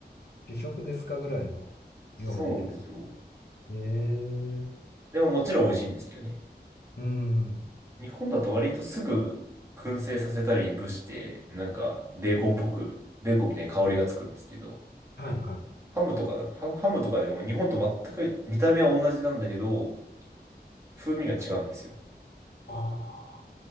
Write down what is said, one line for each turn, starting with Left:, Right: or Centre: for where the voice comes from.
Left: 主食ですかぐらいの量が出てく
Right: そうなんですよ。
Left: る。え
Right: でももちろん美味しいんですけどね。
Left: え。うん。
Right: 日本だと割とすぐ燻製させたりいぶして、なんかベーコンっぽく、ベーコンみたいに香りがつくんですけど、
Left: はい、はい。
Right: ハムとかだな、ハハムとかでも日本と全く見た目は同じなんだけど、風味が違うんですよ。
Left: ああ。